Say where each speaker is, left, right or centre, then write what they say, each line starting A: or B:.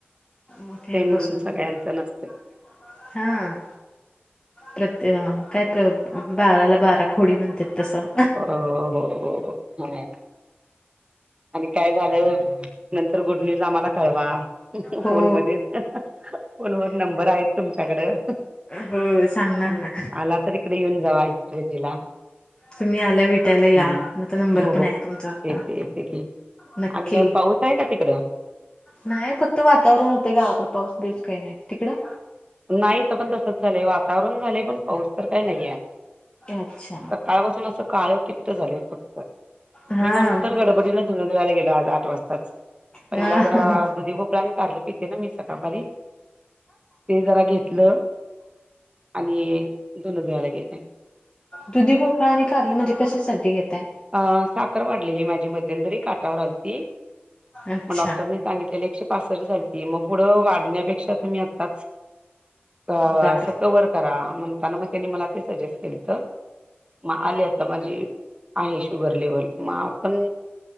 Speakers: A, on the left (about 20°); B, on the right (about 25°).
A: मग हे
B: सेम
A: बसून
B: सगळ्यांचं
A: वगैरे
B: नसते
A: हां प्रत्य काय ते बाराला बारा खोडी म्हणतात तसं
B: बरं हों हों हों म्हणे आणि काय झालं, नंतर गुड न्यूज आम्हाला कळवा.
A: हो
B: फोन मध्येच फोनवर नंबर आहेत तुमच्याकडं
A: होय सांगणार
B: हं.
A: ना.
B: आला तर इकडे येऊन जावा इचलकरंजीला
A: तुम्ही आल्या वाट्याला या
B: हं.
A: आता नंबर
B: हो हो
A: पण आहे तुमचा आता.
B: येते येते आणि
A: नक्की
B: काय पाऊस आहे का तिकड?
A: नाही फक्त वातावरण होतंय गावाकडे पाऊस बिउस काय नाही तिकडं?
B: नाही इथ पण तसच झालंय वातावरण झालंय पण पाऊस तर काय नाहीये,
A: अच्छा
B: सकाळ पासून असं काळ किट्ट झालंय फक्त
A: हा
B: मी म्हणून
A: मग
B: तर
A: इकड
B: गडबडीन धुण धुवायला गेलो आज आठ वाजताच पहिला
A: ह
B: जरा दुधी भोपळा आणि कारले पिते ना मी सकाळपारी ते जरा घेतलं आणि धुण धुवायला गेले.
A: दुधी भोपळा आणि कारल म्हणजे कशासाठी घेताय?
B: अं साखर वाढलेली माझी मध्यनंतरी काटावर आलती.
A: अच्छा
B: मग डॉक्टरनी सांगितलेले एकशे पासष्ट झालती मग पुढ वाढण्यापेक्षा तुम्ही आताच अंस
A: बापरे
B: कवर करा म्हणताना मग त्यांनी मला ते सजेस्ट केलंत मग आली आता माझी आहे शुगर लेवल मला पण